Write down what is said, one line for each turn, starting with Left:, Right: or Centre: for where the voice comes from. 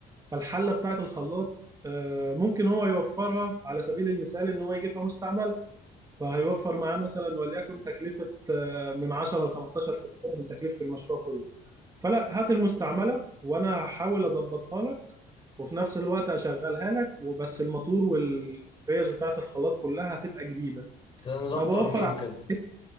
Right: فالحلة بتاعت الخلاط آه، ممكن هو يوفرها على سبيل المثال ان هو يجيبها مستعملة فهيوفر
Left: مم.
Right: معاه مثلا وليكن تكلفة آه، من 10 ل 15% من تكلفة المشروع كله فلا هات المستعملة وأنا هحاول أظبطها لك وفي نفس الوقت أشغلها لك وبس الماتور والريش بتاعة الخلاط كلها هتبقى جديدة
Left: <coughs> زي نظام
Right: فبوفر
Left: ترميم
Right: عليك
Left: كده